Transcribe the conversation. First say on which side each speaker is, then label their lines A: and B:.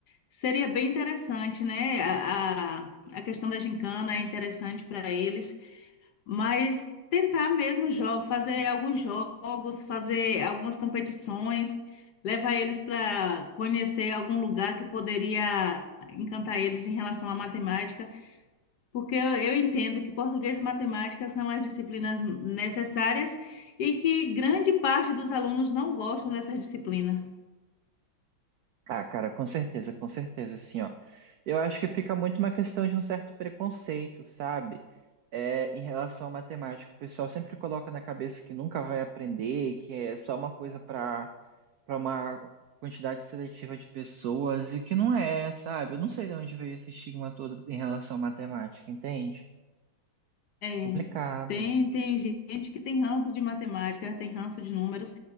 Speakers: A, on the left (about 65°); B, on the right (about 80°).
A: seria bem interessante, né? A, a, a questão da gincana é interessante para eles, mas tentar mesmo jogo, fazer alguns jogos, fazer algumas competições, levar eles para conhecer algum lugar que poderia encantar eles em relação à matemática. porque eu, eu entendo que português e matemática são as disciplinas necessárias e que grande parte dos alunos não gostam dessa disciplina.
B: Ah, cara, com certeza, com certeza, assim, ó. Eu acho que fica muito uma questão de um certo preconceito, sabe? É, em relação à matemática. O pessoal sempre coloca na cabeça que nunca vai aprender, que é só uma coisa para para uma quantidade seletiva de pessoas, e que não é, sabe? Eu não sei de onde veio esse estigma todo em relação à matemática, entende?
A: É,
B: Complicado.
A: tem, tem gente que tem ranço de matemática, tem ranço de números,